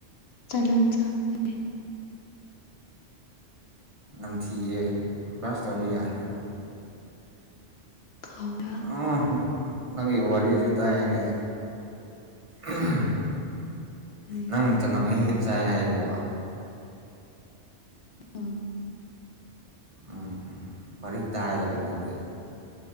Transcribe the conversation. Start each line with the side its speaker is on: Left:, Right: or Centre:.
Left: ꯆꯅꯝ ꯆꯕꯒꯤ
Right: ꯅꯝꯊꯤꯌꯦ ꯕ꯭ꯔꯥꯁ ꯇꯧꯕ
Left: ꯎꯝ
Right: ꯌꯥꯗ꯭ꯔꯣ
Left: ꯎꯝ ꯀꯧꯂꯥ
Right: ꯑꯣ ꯅꯪꯒꯤ ꯋꯥꯔꯤꯖꯦ ꯇꯥꯏꯌꯦꯅꯦ ꯎꯍꯥꯝ
Left: ꯀꯔꯤ
Right: ꯅꯪ ꯆꯅꯝ ꯍꯦꯛ ꯍꯦꯛ ꯆꯥꯏ ꯍꯥꯏꯕ꯭ꯔꯣ
Left: ꯎꯝ
Right: ꯎꯝ ꯋꯥꯔꯤ ꯇꯥꯏꯌꯦꯕ ꯅꯪꯒꯤ